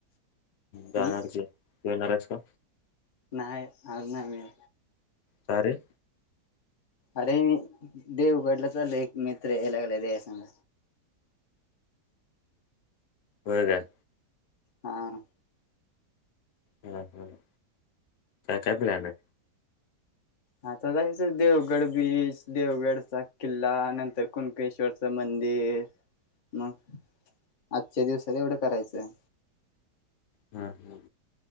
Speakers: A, on the left; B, on the left.
A: जाणार
B: हम्म
A: की येणार आहेस का?
B: नाही आज नाही वेळ
A: का रे?
B: अरे मी देवगडला चाललोय, एक मित्र याय लागलाय त्याच्यासंग
A: होय काय?
B: हा
A: हम्म हम्म काय काय प्लॅन आहे?
B: हाता जायच देवगड बीच देवगडचा किल्ला नंतर कुणकेश्वरच च मंदिर मग आजच्या दिवसात एवढं करायचं.
A: हम्म